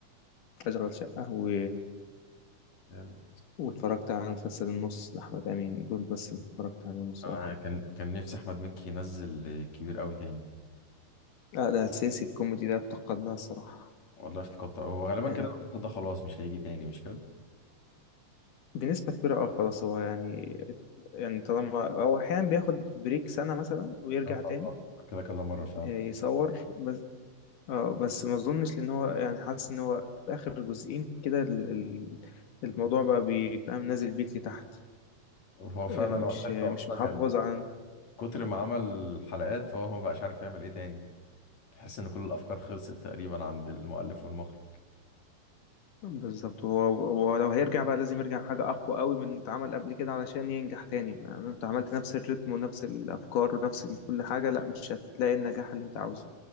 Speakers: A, on the left (about 80°); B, on the left (about 60°).
A: أشغال شقة و...
B: يعني
A: واتفرجت على مسلسل النص لأحمد أمين دول بس اللي اتفرجت عليهم الصراحة
B: انا كان كان نفسي احمد مكي ينزل كبير قوي تاني
A: لا ده أساسي الكوميدي ده افتقدناه الصراحة
B: والله افتكرت هو غالبا
A: يعني
B: كده المسلسل ده خلاص مش هيجي تاني مش كده
A: بنسبة كبيرة اه خلاص هو يعني يعني طالما هو أحيانا بياخد بريك سنة مثلا ويرجع
B: آه،
A: تاني
B: آه، آه. كده كذا مرة فعلا
A: يصور بس اه بس ما اظنش لان هو يعني حاسس ان هو في اخر جزئين كده ال- ال- الموضوع بقى بيفهم نازل بيك لتحت
B: هو فعلا
A: آه، مش
B: هو تحسه
A: مش
B: اصلا
A: محافظ
B: يعني
A: على
B: من كتر ما عمل حلقات فهو ما بقاش عارف يعمل ايه تاني تحس ان كل الافكار خلصت تقريبا عند المؤلف والمخرج
A: بالظبط هو هو لو هيرجع بقى لازم يرجع بحاجة اقوى قوي من اللي اتعمل قبل كده علشان ينجح تاني يعني انت عملت نفس الريتم ونفس الافكار ونفس ال- كل حاجة لا مش هتلاقي النجاح اللي انت عاوزه